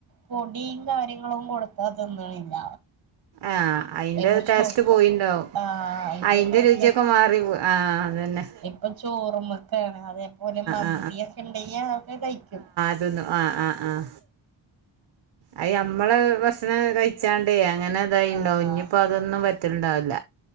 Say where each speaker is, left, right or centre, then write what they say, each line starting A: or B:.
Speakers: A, on the right; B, on the right.
A: പൊടിയും കാര്യങ്ങളും കൊടുത്താ തിന്നണില്ല
B: ആഹ് അതിന്റെ
A: ഇപ്പൊ
B: ടേസ്റ്റ്
A: ചോ
B: പോയിണ്ടാവും
A: ആഹ് അയിന്റെ
B: അതിന്റെ
A: ടേസ്റ്റ്
B: രുചിയൊക്കെ മാറിയിപൊ ആഹ് അത് തന്നെ
A: ഇപ്പൊ ചോറുമൊക്കൊണ് അതേപോലെ മന്തിയൊക്കെ
B: ആ
A: ഉണ്ടെങ്കിൽ അതോക്കെ കഴിക്കും
B: ആഹ് ആഹ് ആഹ് അയി നമ്മള് ഭക്ഷണം കഴിച്ചാണ്ടേ അങ്ങനെ ഇതായിണ്ടോ
A: ആഹ്
B: ഇഞ്ഞിപ്പോ അതൊന്നും പറ്റി പറ്റലുണ്ടാവില്ല